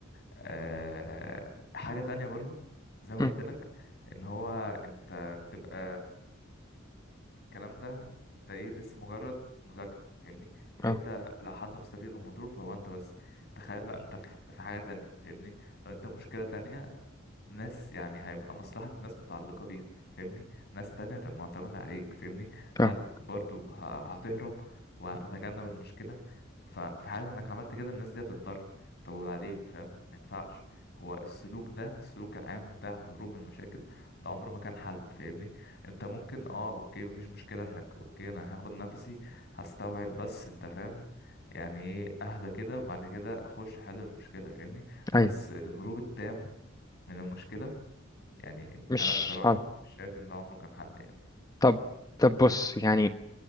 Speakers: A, on the left; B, on the left.
A: آه، حاجة تانية برضو زي ما
B: مم،
A: قلت لك ان هو انت بتبقى الكلام ده انت ايه لسه مجرد مذاكرة فاهمني انت
B: اه
A: لو حد مستفيد او مضروب فهو انت بس تخيل بقى انت في في حاجة تانية فاهمني لو انت مشكلة تانية ناس يعني هيبقى مصلحة ناس متعلقة بيها فاهمني ناس تانية هتبقى معتمدة عليك فاهمني هل
B: فاهمك
A: برضو ه- هتهرب وهتتجنب المشكلة ف- في حالة انك عملت كده الناس دي هتتضرر طب وبعدين فاهم ما ينفعش هو السلوك ده السلوك العام بتاع الهروب من المشاكل ده عمره ما كان حل فاهمني انت ممكن اه اوكي مفيش مشكلة انك اوكي انا هاخد نفسي هستوعب بس انت فاهم يعني ايه اهدى كده وبعد كده اخش حل المشكلة فاهمني
B: ايوه
A: بس الهروب التام من المشكلة يعني
B: مش
A: انا بصراحه
B: حاضر
A: مش شايف ان ده عمره كان حد يعني
B: طب طب بص يعني